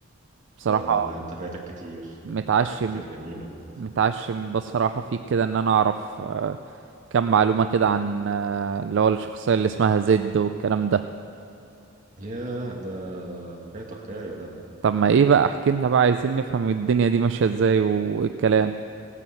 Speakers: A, on the right; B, on the right.
A: بصراحة
B: اه لا انت فايتك كتير
A: متعشم
B: فايتك كتير جميلة
A: متعشم بصراحة فيك كده ان انا اعرف آه كم معلومة كده عن آه اللي هو الشخصية اللي اسمها زد والكلام ده
B: ياه ده فايته حكاية ده
A: طب ما ايه بقى احكي لنا بقى عايزين نفهم الدنيا دي ماشية ازاي والكلام